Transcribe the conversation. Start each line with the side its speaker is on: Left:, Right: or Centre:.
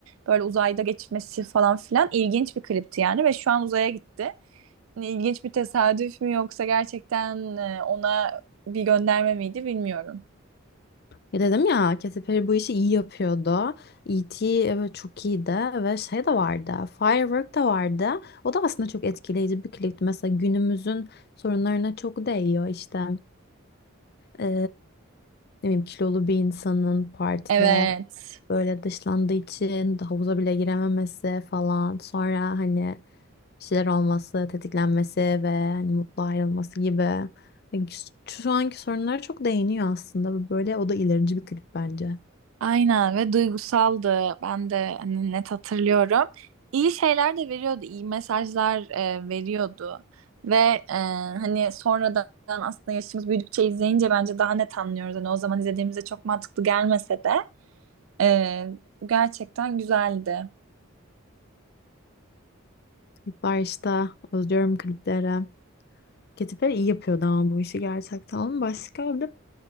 Right: Böyle uzayda geçmesi falan filan ilginç bir klipti yani ve şu an uzaya gitti. Hani ilginç bir tesadüf mü yoksa gerçekten e, ona bir gönderme miydi bilmiyorum.
Left: Ya dedim ya Katy Perry bu işi iyi yapıyordu. E.T. evet çok iyiydi ve şey de vardı. Firework da vardı. O da aslında çok etkileyici bir klipti. Mesela günümüzün sorunlarına çok değiyor işte. Ee, ne bileyim kilolu bir insanın partide
Right: Evet.
Left: böyle dışlandığı için havuza bile girememesi falan. Sonra hani bir şeyler olması, tetiklenmesi ve hani mutlu ayrılması gibi. Yani şu şu anki sorunlara çok değiniyor aslında. Böyle o da ilerici bir klip bence.
Right: Aynen ve duygusaldı. Ben de hani net hatırlıyorum. İyi şeyler de veriyordu, iyi mesajlar e, veriyordu. Ve e, hani sonradan aslında yaşımız büyüdükçe izleyince bence daha net anlıyoruz. Hani o zaman izlediğimizde çok mantıklı gelmese de e, gerçekten güzeldi.
Left: Klipler işte özlüyorum klipleri. Katy Perry iyi yapıyordu ama bu işi gerçekten. Onun başka bir de